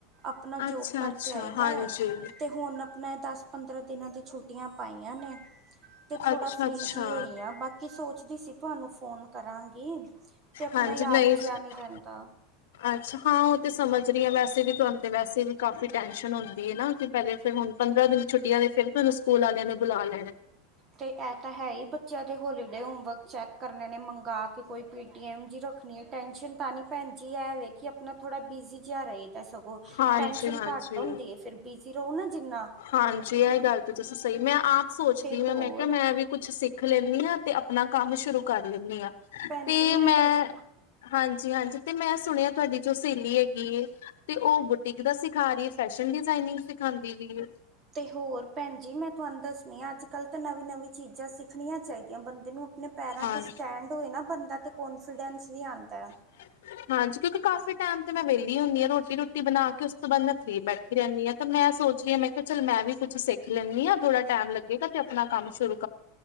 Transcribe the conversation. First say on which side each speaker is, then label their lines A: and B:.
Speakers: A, on the right; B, on the left.
A: ਆਪਣਾ
B: ਅੱਛਾ
A: ਜੋਬ ਕਰਕੇ
B: ਅੱਛਾ
A: ਆਈਦਾ
B: ਹਾਂਜੀ
A: ਐ ਤੇ ਹੁਣ ਆਪਣਾ ਦਸ ਪੰਦਰਾਂ ਦਿਨਾਂ ਦੀ ਛੁੱਟੀਆਂ ਪਾਈਆਂ ਨੇ, ਤੇ ਥੋੜਾ
B: ਅੱਛਾ
A: ਫ੍ਰੀ
B: ਅੱਛਾ
A: ਜੀ ਹੋਈ ਆ ਬਾਕੀ ਸੋਚਦੀ ਸੀ ਤੁਹਾਨੂੰ ਫੋਨ ਕਰਾਂਗੀ। ਤੇ ਆਪਣਾ
B: ਹਾਂਜੀ
A: ਯਾਦ
B: ਨਹੀਂ
A: ਜਿਹਾ
B: ਜੀ,
A: ਰਹਿੰਦਾ
B: ਅੱਛਾ ਹਾਂ ਉਹ ਤੇ ਸਮਝ ਰੀ ਐ ਵੈਸੇ ਵੀ ਤੁਹਾਨੂੰ ਤੇ ਵੈਸੇ ਵੀ ਕਾਫ਼ੀ ਟੈਨਸ਼ਨ ਹੁੰਦੀ ਐ ਨਾ ਕਿ ਪਹਿਲੇ ਫੇਰ ਹੁਣ ਪੰਦਰਾਂ ਦਿਨ ਛੁੱਟੀਆਂ ਤੇ ਫਿਰ ਤੁਹਾਨੂੰ ਸਕੂਲ ਆਲਿਆਂ ਨੇ ਬੁਲਾ ਲਿਆ ਨੇ
A: ਤੇ ਇਹ ਤਾਂ ਹੈ ਈ ਬ ਬੱਚਿਆਂ ਦੀ ਹੋਲੀਡੇ ਹੋਮਵਰਕ ਚੈੱਕ ਕਰਨ ਨੇ ਮੰਗਾ ਕੇ ਕੋਈ ਪੇਟੀਐੱਮ ਜੀ ਰੱਖਣੀ ਐ ਟੈਂਨਸ਼ਨ ਤਾਂ ਨੀ ਭੈਣਜੀ ਇਹ ਵੇਖਿਏ ਆਪਣਾ ਥੋੜ੍ਹਾ ਬਿਜ਼ੀ ਜਾ ਰੇ। ਤਾਂ ਸਗੋਂ,
B: ਹਾਂਜੀ
A: ਟੈਂਨਸ਼ਨ
B: ਹਾਂਜੀ
A: ਘੱਟ ਹੁੰਦੀ ਐ ਫਿਰ ਬਿਜ਼ੀ ਰਹੋ ਨਾ ਜਿੰਨਾ
B: ਹਾਂਜੀ ਇਹ ਗੱਲ ਤਾਂ ਤੁਸੀਂ ਸਹੀ ਮੈਂ ਆਪ ਸੋਚਦੀ
A: ਤੇ
B: ਮੈਂ
A: ਹੋਰ
B: ਮੈਂ ਕਿਹਾ ਮੈਂ ਵੀ ਕੁਛ ਸਿੱਖ ਲੈਂਦੀ ਆ। ਤੇ ਆਪਣਾ ਕੰਮ ਸ਼ੁਰੂ ਕਰ ਲੈਂਨੀ ਆ,
A: ਭੈਣ
B: ਤੇ
A: ਜੀ
B: ਮੈਂ
A: ਦੱਸ
B: ਹਾਂਜੀ। ਹਾਂਜੀ-ਹਾਂਜੀ ਤੇ ਮੈਂ ਸੁਣਿਆ ਤੁਹਾਡੀ ਜੋ ਸਹੇਲੀ ਹੈਗੀ ਐ। ਤੇ ਉਹ ਬੁਟੀਕ ਦਾ ਸਿਖਾ ਰੀ ਐ ਫੈਸ਼ਨ ਡਿਜਾਇਨਿੰਗ ਸਿਖਾਦੀ ਵੀ
A: ਤੇ ਹੋਰ ਭੈਣ ਜੀ ਮੈਂ ਤੁਹਾਨੂੰ ਦੱਸਣੀ ਆ ਅੱਜ ਕੱਲ੍ਹ ਤਾਂ ਨਵੀਂ ਨਵੀਂ ਚੀਜ਼ਾਂ ਸਿੱਖਣੀਆਂ ਚਾਹੀਦੀਆਂ ਬੰਦੇ ਨੂੰ ਆਪਣੇ ਪੈਰਾਂ
B: ਹਾਂ
A: ਤੇ ਸਟੈਂਡ ਹੋਏ ਨਾ ਬੰਦਾ ਤੇ ਕਨਫੀਡੈਂਸ ਵੀ ਆਦਾ।
B: ਹੂੰ, ਹਾਂਜੀ ਕਿਉਂਕਿ ਕਾਫ਼ੀ ਟੈਮ ਤੇ ਮੈਂ ਵਿਹਲੀ ਹੁੰਦੀ ਹਾਂ ਰੋਟੀ ਰੋਟੀ ਬਣਾ ਕੇ ਉਸ ਤੋਂ ਬਾਅਦ ਮੈਂ ਫਰੀ ਬੈਠੀ ਰਹਿੰਨੀ ਆ। ਤੇ ਮੈਂ ਸੋਚ ਰੀ ਆ ਮੈਂ ਕਿਹਾ ਚੱਲ ਮੈਂ ਵੀ ਕੁਛ ਸਿੱਖ ਲੈਂਦੀ ਆ ਥੋੜ੍ਹਾ ਟਾਈਮ ਲੱਗੇਗਾ ਤੇ ਆਪਣਾ ਕੰਮ ਸ਼ੁਰੂ